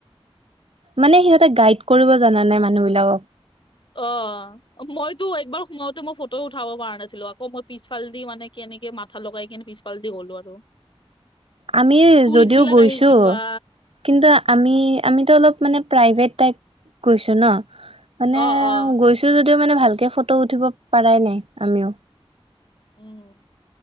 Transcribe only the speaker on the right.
মানে সিহঁতে গাইড কৰিব জানা নাই মানুহবিলাকক।
আমি
যদিও
গৈছো
কিন্তু আমি আমিতো অলপ মানে প্ৰাইভেট টাইপ গৈছো ন। মানে
গৈছো যদিও মানে ভালকে ফটো উঠিব পাৰাই নাই আমিও।